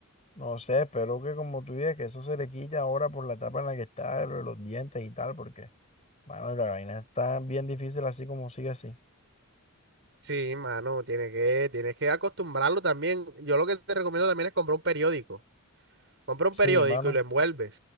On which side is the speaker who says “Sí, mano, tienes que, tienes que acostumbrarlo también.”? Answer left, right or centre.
Right